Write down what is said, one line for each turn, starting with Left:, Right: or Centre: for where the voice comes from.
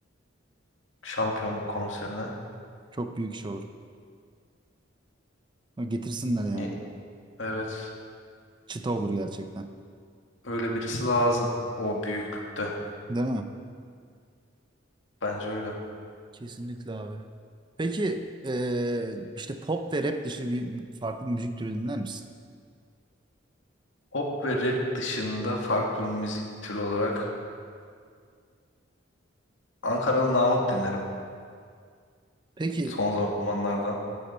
Left: Şampiyonluk konserine.
Right: Çok büyük iş olur. Getirsinler yani.
Left: Ne? Evet
Right: Çıta olur gerçekten.
Left: öyle birisi lazım o büyüklükte
Right: Değil mi?
Left: bence öyle.
Right: Kesinlikle abi. Peki eee, işte pop ve rap dışı bir farklı bir müzik türü dinler misin?
Left: Pop ve rap dışında farklı müzik türü olarak Ankaralı Namık dinlerim
Right: Peki
Left: son zamanlarda.